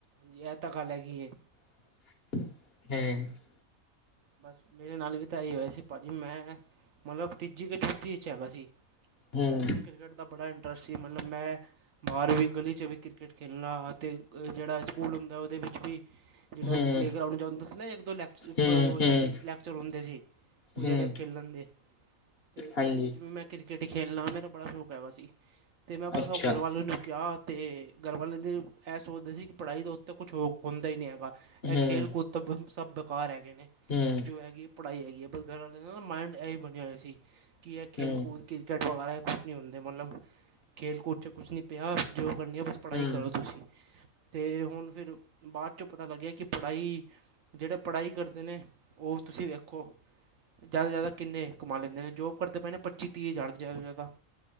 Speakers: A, on the right (about 70°); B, on the left (about 45°).
A: ਜੀ, ਐਹ ਤਾ ਗੱਲ ਐਹੀ ਏ।
B: <inaudible>
A: ਬਸ, ਮੇਰੇ ਨਾਲ ਵੀ ਤਾਂ ਐਹੀ ਹੋਇਆ ਸੀ। ਭਾਜੀ, ਮੈਂ, ਮਤਲਬ, ਤੀਜੀ ਕੇ ਚੌਥੀ ਵਿੱਚ ਹੈਗਾ ਸੀ।
B: ਹੂੰ
A: ਮੈਨੂੰ ਕਿਰਕਟ ਦਾ ਬੜਾ ਇੰਟਰਸਟ ਸੀ, ਮਲਬ ਮੈਂ ਬਾਹਰ ਵੀ ਗਲੀ ਚ ਵੀ ਕਿਰਕੇਟ ਖੇਲਣਾ ਅਤੇ ਜੇਹੜਾ ਸਕੂਲ ਹੁੰਦਾ, ਓਹਦੇ ਵਿੱਚ ਵੀ ਜੇੜਾ
B: ਹੂੰ
A: ਪਲੇਗਰਾਊਂਡ ਜਾ ਹੁੰਦਾ ਸੀ ਨਾ, ਇੱਕ ਦੋ ਲੈਕਚਰ ਉਪ
B: ਹੂੰ ਹੂੰ
A: ਜਾਂਦੇ ਲੈਕਚਰ ਹੁੰਦੇ ਸੀ, ਓਹ
B: ਹੂੰ
A: ਜਿਹੜੇ ਖੇਲਣ ਦੇ ਤੇ ਓਹਦੇ
B: ਹਾਂਜੀ
A: ਵਿੱਚ ਵੀ ਮੈਂ ਕਿਰਕੇਟ ਖੇਲਨਾ ਮੇਰਾ ਬੜਾ ਸ਼ੌਕ ਹੈਗਾ ਸੀ, ਤੇ ਮੈਂ ਬਸ
B: ਅੱਛਾ
A: ਅਬ ਘਰਵਾਲੋਂ ਨੇ ਕਿਆ ਤੇ ਘਰਵਾਲੇ ਤੇ ਐਹ ਸੋਚਦੇ ਸੀ ਕਿ ਪੜ੍ਹਾਈ ਦੇ ਉੱਤੇ ਕੁਛ ਹੋਰ ਹੁੰਦਾ ਹੀ ਨਈ ਹੈਗਾ। ਐਹ
B: ਹੂੰ,
A: ਖੇਲ-ਕੂਦ ਤੇ ਸਭ ਬੇਕਾਰ ਹੈਗੇ ਨੇ।
B: ਹੂੰ,
A: ਜੋ ਹੈਗੀ ਏ ਪੜ੍ਹਾਈ ਹੈਗੀ ਏ ਪਰ ਘਰਵਾਲੇ ਨੇ ਨਾ, ਮਾਇਂਡ ਇਹ ਹੀ ਬਨਿਆ ਹੋਇਆ ਸੀ ਕਿ ਇਹ ਖੇਲ-ਕੂਦ
B: ਹੂੰ,
A: ਕ੍ਰਿਕਟ ਵਗੈਰਾ ਕੁਛ ਨਹੀਂ ਹੁੰਦੇ, ਮਤਲਬ ਖੇਲ-ਕੂਦ ਚ ਕੁਛ ਨਹੀਂ ਪਿਆ, ਜੋ ਕਰਨੀ ਬਸ ਪੜ੍ਹਾਈ
B: ਹੂੰ,
A: ਕਰੋ ਤੁਸੀਂ ਤੇ ਹੁਨ ਫਿਰ, ਬਾਅਦ ਚੋਂ ਪਤਾ ਲੱਗਿਆ ਕਿ ਪੜ੍ਹਾਈ ਜਿਹੜੇ ਪੜ੍ਹਾਈ ਕਰਦੇ ਨੇ ਉਹ ਤੁਸੀਂ ਵੇਖੋ ਜ਼ਿਆਦਾ ਤੋਂ ਜ਼ਿਆਦਾ ਕਿੰਨੇ ਕਮਾ ਲੈਂਦੇ ਨੇ ਜੋਬ ਕਰਦੇ ਪਏ ਨੇ, ਪੱਚੀ-ਤੀਹ ਹਜ਼ਾਰ, ਜ਼ਿਆਦਾ ਤੋਂ ਜ਼ਿਆਦਾ